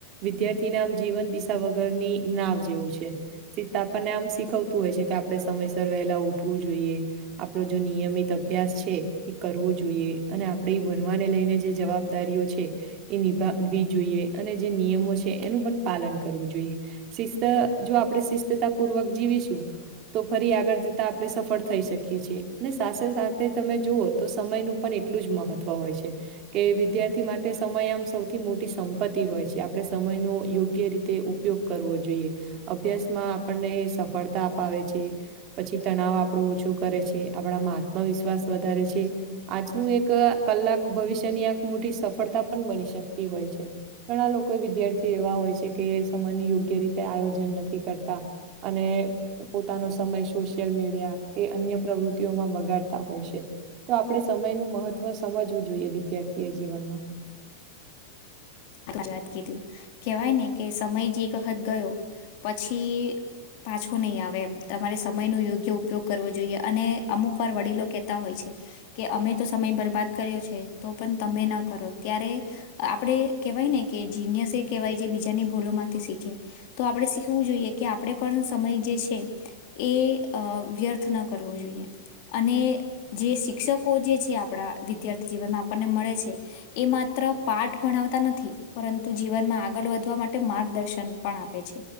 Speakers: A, on the right; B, on the left.
A: વિદ્યાર્થીના આમ જીવન દિશા વગરની નાવ જેવું છે <unintelligible> આપણને આમ સી થતું હોય છે કે આપડે સમયસર વહેલા ઉઠવું જોઈએ. આપડો જો નિયમિત અભ્યાસ છે એ કરવું જોઈએ અને આપડી ભનવાને લઈને જે જવાબ દારીઓ છે એ નિભાવવી જોઈએ અને જે નિયમો છે એનું પન પાલન કરવું જોઈએ. શિસ્ત જો આપણે શિસ્તતા પૂર્વક જીવીશું તો ફરી આગળ જ તા આપડે સફળ થઈ શકીએ છીએ અને સાથે સાથે તમે જુઓ તો સમયનું પણ એટલું જ મહત્ વ હોય છે. કે વિદ્યાર્થી માટે સમય આમ સૌથી મોટી સંપત્તિ હોય છે આપણે સમયનો યોગ્ય રીતે ઉ પયોગ કરવો જોઈએ અભ્યાસમાં આપણને સફળતા અપાવે છે. પછી તણાવ આપણો ઓછો કરે છે, આપણામાં આત્મવિશ્વાસ વધારે છે. આજનું એક કલાક ભવિષ્યની આ મોટી સફળતા પણ બની શકતી હોય છે. ઘણા લોકો વિદ્યાર્થી એવા હોય છે કે એ સમયને યોગ્ય રીતે આયોજન નથી કરતા અને પોતાનો સમસ સોશિયલ મીડિયા કે અન્ય પ્રવૃત્તિઓમાં બગાડતા હોય છે તો આપડે સમયનું મહત્ વ સમજવું જોઈએ વિદ્યાર્થીએ જીવનમાં
B: <unintelligible> વાત કીધી કેવાય ને કે સમય જે એક વખત ગયો પછી પાછો નઈ આવે એમ તમારે સમયનો યોગ્ય ઉપયોગ કરવો જોઈએ અને અમુક વાર વડીલો કેતા હોય છે. કે અમે તો સમય બરબાદ કર્યો છે તો પન તમે ન કરો ત્યારે આપડે કેવાય ને કે જીનયસ એ કેવાય જે બીજાની ભૂલો માંથી શીખે તો આપણે શીખવું જોઈએ કે આપડે પણ સમય જે છે. એ અ વ્યર્થ ન કરવો જોઈએ. અને જે શિક્ષકો જે છે આપણા વિદ્યાર્થી જીવનમાં આપણને મળે છે. એ માત્ર પાઠ ભણાવતા નથી પરંતુ જીવનમાં આગળ વધવા માટે માર્ગદર્શન પણ આપે છે.